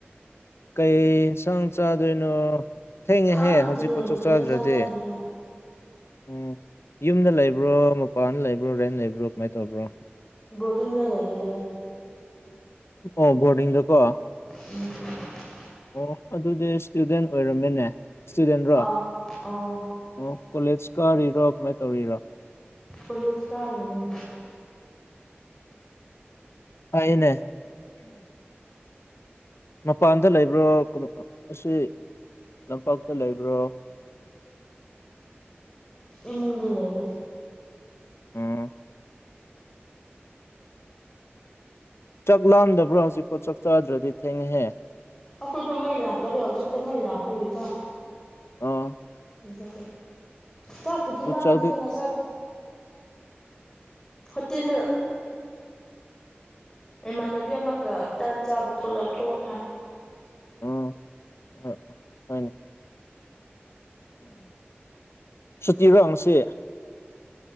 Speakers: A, on the left; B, on the left.
A: ꯀꯩ ꯌꯦꯟꯁꯥꯡ ꯆꯥꯗꯣꯏꯅꯣ ꯊꯦꯡꯉꯦꯍꯦ
B: ꯈꯪꯗꯦ
A: ꯍꯧꯖꯤꯛ ꯆꯥꯛ
B: ꯀꯔꯤ
A: ꯆꯥꯗ꯭ꯔꯗꯤ
B: ꯌꯦꯟꯁꯥꯡ ꯆꯥꯗꯣꯏꯅꯣ
A: ꯎꯝ ꯌꯨꯝꯗ ꯂꯩꯕ꯭ꯔꯣ ꯃꯄꯥꯟꯗ ꯂꯩꯕ꯭ꯔꯣ ꯔꯦꯟ ꯂꯩꯕ꯭ꯔꯣ ꯀꯃꯥꯏꯅ ꯇꯧꯕ꯭ꯔꯣ
B: ꯕꯣꯔꯗꯤꯡꯗ ꯂꯩꯌꯦ
A: ꯑꯣ ꯕꯣꯔꯗꯤꯡꯗꯀꯣ
B: ꯎꯝ
A: ꯑꯣ ꯑꯗꯨꯗꯤ ꯏꯁꯇꯨꯗꯦꯟ ꯑꯣꯏꯔꯝꯃꯧꯅꯦ ꯏꯁꯇꯨꯗꯦꯟꯔꯣ
B: ꯑꯥꯎ ꯑꯥꯎ
A: ꯑꯣ ꯀꯣꯂꯦꯖ ꯀꯥꯔꯤꯔꯣ ꯀꯃꯥꯏꯅ ꯇꯧꯔꯤꯔꯣ
B: ꯀꯣꯂꯦꯖ ꯀꯔꯤꯌꯦ
A: ꯐꯩꯌꯦꯅꯦ ꯃꯄꯥꯟꯗ ꯂꯩꯕ꯭ꯔꯣ ꯑꯁꯤ ꯇꯥꯝꯄꯥꯛꯇ ꯂꯩꯕ꯭ꯔꯣ
B: ꯏꯃꯨꯡꯗ ꯂꯩꯑꯦ
A: ꯎꯝ ꯆꯥꯛ ꯂꯥꯝꯗꯕ꯭ꯔꯣ ꯍꯧꯖꯤꯛꯐꯥꯎ ꯆꯥꯛ ꯆꯥꯗ꯭ꯔꯗꯤ ꯊꯦꯡꯉꯦꯍꯦ
B: ꯑꯩꯈꯣꯏꯗꯣ ꯃꯩ ꯂꯥꯛꯇꯕ ꯍꯧꯖꯤꯛꯇ ꯃꯩ ꯂꯥꯛꯄꯒꯤꯀꯣ
A: ꯑꯣ
B: ꯑꯗꯨꯒꯤ ꯆꯥꯛꯕꯨꯗꯤ
A: ꯑꯗꯨ
B: ꯂꯥꯝꯗꯦꯗ
A: ꯆꯥꯛꯗꯤ
B: ꯉꯁꯥꯢ ꯍꯣꯇꯦꯜꯗ ꯏꯃꯥꯟꯅꯕꯤ ꯑꯃꯒ ꯇꯟ ꯆꯥꯕ ꯊꯣꯛꯈ꯭ꯔꯦ
A: ꯑꯣ ꯍꯣꯢ ꯍꯣꯢꯅꯦ ꯁꯨꯇꯤꯔꯣ ꯉꯁꯤ